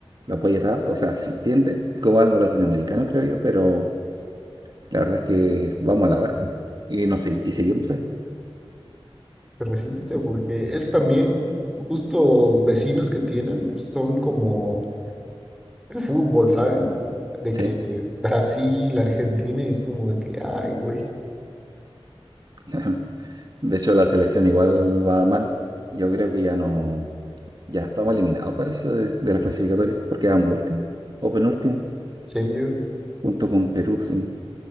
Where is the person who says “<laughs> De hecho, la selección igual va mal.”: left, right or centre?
Right